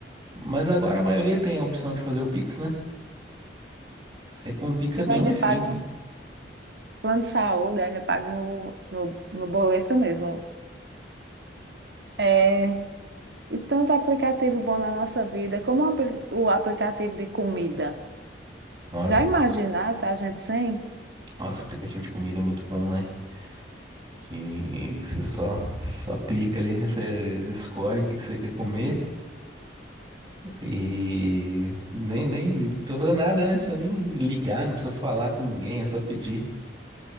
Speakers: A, on the right; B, on the right.
A: Mas agora a maioria tem a opção de fazer o Pix, né? É com o Pix é
B: Eu
A: bem
B: ainda
A: mais simples.
B: pago. Plano de saúde ainda pago no, no, no boleto mesmo. É, e tanto aplicativo bom na nossa vida, como o apli- o aplicativo de comida.
A: Nossa,
B: Já imaginar se a gente sem?
A: nossa, aplicativo de comida é muito bom, né? que você só, só clica ali, você escolhe o que que você quer comer e nem, nem não precisa fazer nada, né? Não precisa nem ligar, não precisa falar com ninguém, é só pedir.